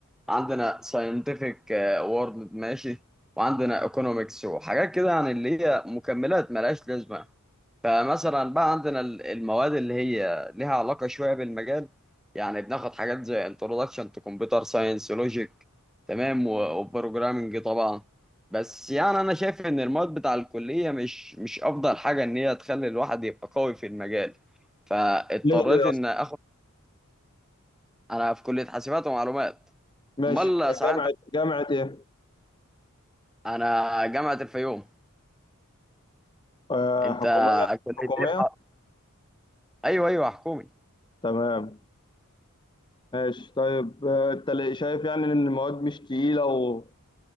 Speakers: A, in the centre; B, on the left.
A: عندنا scientific world ماشي وعندنا economics وحاجات كده يعني اللي هي مكملات ملهاش لازمة فمثلا بقى عندنا ال- المواد اللي هي ليها علاقة شوية بالمجال يعني بناخد حاجات زي introduction to computer science logic تمام و- وprogramming طبعا بس يعني انا شايف ان المواد بتاع الكلية مش مش افضل حاجة ان هي تخلي الواحد يبقى قوي في المجال فاضطريت
B: ليه ليه
A: ان
B: اصلا
A: اخد انا في كلية حاسبات ومعلومات
B: ماشي
A: امال
B: في
A: ساعات
B: جامعه
A: انت
B: جامعه ايه
A: انا جامعة الفيوم
B: آه
A: انت
B: حكوميه
A: كلية
B: حكوميه
A: ايه بقى؟ ايوه ايوه حكومي
B: تمام ماشي طيب اه، انت ليه شايف يعني ان المواد مش تقيلة و...